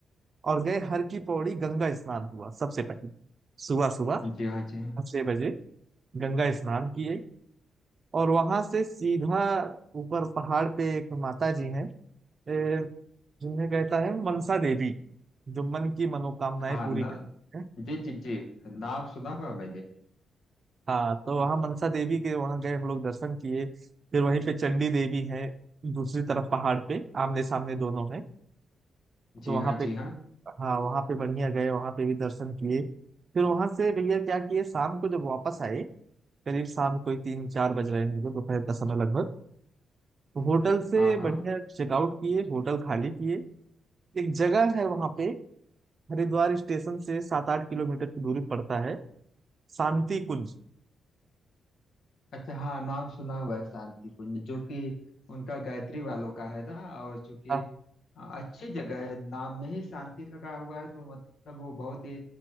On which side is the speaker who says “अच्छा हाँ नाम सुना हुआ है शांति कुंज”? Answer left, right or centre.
Left